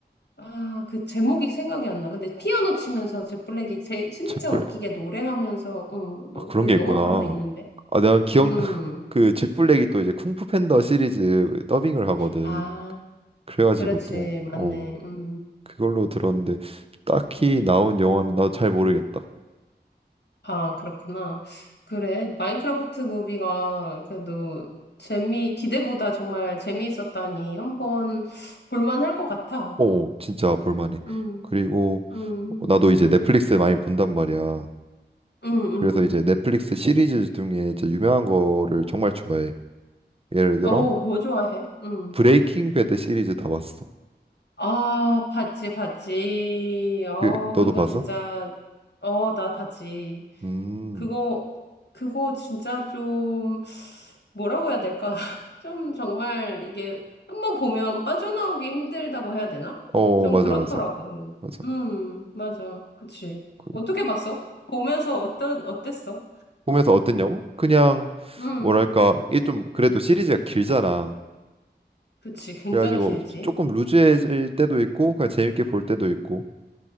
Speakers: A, on the left; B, on the right.
A: 아, 그 제목이 생각이 안 나. 근데 피아노 치면서 잭 블랙이 제, 진짜
B: 잭 블랙
A: 웃기게 노래하면서 응,
B: 아, 그런
A: 그
B: 게
A: 영화가
B: 있구나.
A: 하나 있는데.
B: 아 내가 기억
A: 음.
B: <laughs> 그 잭 블랙이 또 이제 쿵푸 팬더 시리즈 더빙을 하거든.
A: 아,
B: 그래가지고
A: 그렇지.
B: 또
A: 맞네.
B: 어
A: 음.
B: 그걸로 들었는데 딱히 나온 영화는 나도 잘 모르겠다.
A: 아, 그렇구나. 그래. 마인크래프트 무비가 그래도 재미, 기대보다 정말 재미있었다니 한번 볼만할 것 같아.
B: 어, 진짜 볼만해.
A: 음,
B: 그리고
A: 음,
B: 나도 이제
A: 음,
B: 넷플릭스 많이 본단 말이야.
A: 음,
B: 그래서 이제
A: 음.
B: 넷플릭스 시리즈 중에 저 유명한 거를 정말 좋아해. 예를 들어
A: 어, 뭐 좋아해? 음.
B: 브레이킹 배드 시리즈 다 봤어.
A: 아, 봤지, 봤지. 어,
B: 그 너도
A: 그거
B: 봤어?
A: 진짜, 어, 나 봤지.
B: 음.
A: 그거, 그거 진짜 좀, 뭐라고 해야 될까? <laughs> 좀 정말 이게 한번 보면 빠져나오기 힘들다고 해야 되나?
B: 어,
A: 좀
B: 맞아
A: 그렇더라고.
B: 맞아. 맞아.
A: 음, 맞아. 그치.
B: 그,
A: 어떻게 봤어? 보면서 어떤, 어땠어?
B: 보면서 어땠냐고? 그냥
A: 음,
B: 뭐랄까 이게 좀 그래도 시리즈가 길잖아.
A: 그치. 굉장히
B: 그래가지고
A: 길지.
B: 조금 루즈해질 때도 있고 그냥 재밌게 볼 때도 있고